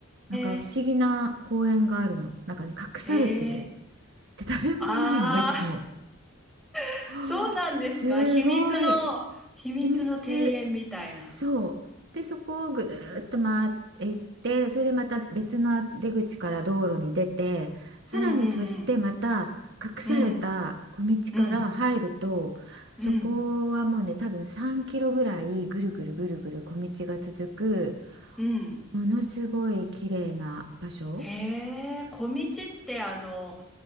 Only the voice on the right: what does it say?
なんか不思議な公園があるのなんかね隠されてる
で誰もいないのいつも
はあ
<gasps> すごい
秘密そう。で、そこをぐるーっと回っていって、それでまた別の出口から道路に出て、さらにそしてまた隠された小道から入ると、
そこはもうね、
多分3キロぐらいぐるぐるぐるぐる小道が続く、
ものすごい綺麗な場所。